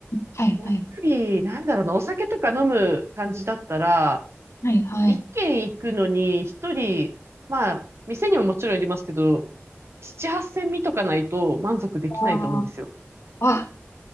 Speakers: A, on the left; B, on the right.
A: はい、
B: やっぱり、
A: はい、
B: なんだろうな、お酒とか飲む感じだったら、
A: はい、はい。
B: 一軒行くのに一人、まあ、店にももちろんありますけど、七八千見とかないと満足できないと思うんですよ。
A: ああ、